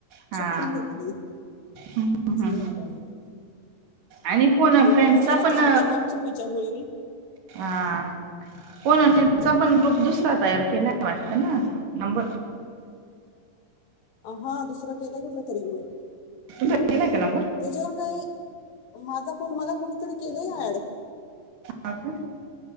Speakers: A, on the right; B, on the left.
A: हा
B: चुकून घेतली
A: हम्म
B: असं झालं. <unintelligible>
A: आणि फोन अ फ्रेंडचा
B: कशाला
A: पण
B: थांबते मग चुकीच्या गोळीनी
A: हा फोन अ फ्रेंडचा ग्रुप दुसरा तयार केला वाटत ना नंबर
B: हा दुसरा केलाय कुठलातरी ग्रुप
A: तुमचा दिलाय का नंबर
B: त्याच्यावर काही माझा कोण मला कोणीतरी केलंय ऍड.
A: हा का